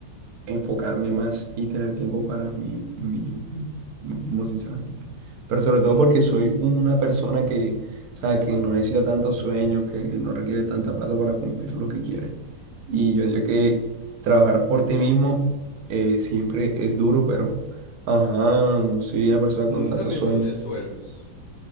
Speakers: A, on the right (about 75°); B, on the left (about 65°).
A: enfocarme más y tener tiempo para mí, mí- mí mismo, sinceramente. Pero sobre
B: Ok.
A: todo porque soy una persona que, o sea, que no necesita tantos sueños, que no requiere tanta plata para cumplir lo que quiere. Y yo digo que trabajar por ti mismo eh, siempre es duro, pero, ajá, no soy una persona
B: Nunca
A: con tantos
B: mencioné
A: sueños.
B: sueldos.